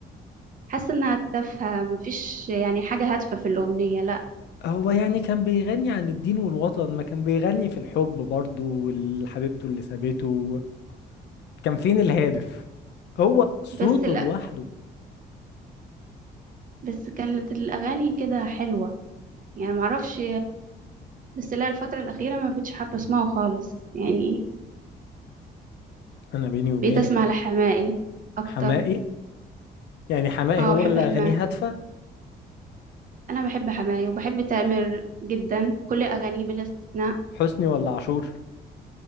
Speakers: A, on the right; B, on the left.
A: حاسه انها تافهه مفيش يعني حاجه هادفه في الاغنيه لا
B: هو يعني كان بيغني عن الدين والوطن ما كان بيغني في الحب برضه والحبيبته اللي سابته كان فين الهادف هو صوته
A: بس لا
B: لوحده
A: بس كانت الاغاني كده حلوه يعني معرفش بس لا الفتره الاخيره ما بقتش حابه اسمعه خالص يعني
B: انا بيني وبينك
A: بقيت اسمع لحماقي اكتر
B: حماقي يعني حماقي
A: اه
B: هو
A: بحب
B: اللي
A: حماقي
B: اغانيه هادفة
A: انا بحب حماقي وبحب تامر جدا كل اغانيه بلا استثناء
B: حسني ولا عاشور